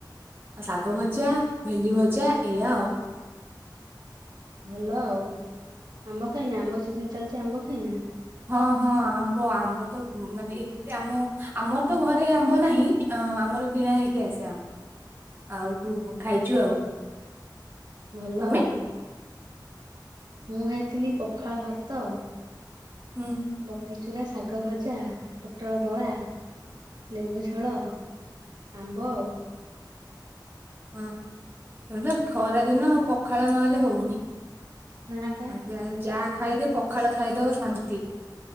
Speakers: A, on the right; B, on the right.
A: ଶାଗ ଭଜା, ଭେଣ୍ଡି ଭଜା, ଏଇଆ ଆଉ।
B: ଭଲ ଆଉ ଆମ୍ବ ଖାଇନା ଆମ୍ବ ସିଜିନ୍ ଚାଲିଛି ଆମ୍ବ ଖାଇନା?
A: ହଁ ହଁ ଆମ୍ବ ଆମ୍ବ ତ ମାନେ ଏତେ ଆମ ଆମର ତ ଘରେ ଆମ୍ବ ନାହିଁ ଅ ଆମର କିଣା ହେଇକି ଆସେ ଆମ୍ବ। ଆଉ ଖାଇଛୁ ଆଉ।
B: ଭଲ
A: ତମେ
B: ଆଉ ମୁଁ ଖାଇଥିଲି ପଖାଳ ଭାତ
A: ହୁଁ।
B: ବଢିଚୂୁରା, ଶାଗ ଭଜା, ପୋଟଳ ଦଳା, ଲେମ୍ବୁ ଝୋଳ ଆମ୍ବ ଆଉ।
A: ହଁ ସେଇଠୁ ଖରା ଦିନ ପଖାଳ ନହେଲେ ହଉନି।
B: ନା ପା
A: ଆଜ୍ଞା ଯାହା ଖାଇଦେ ପଖାଳ ଖାଇଦବ ଶାନ୍ତି।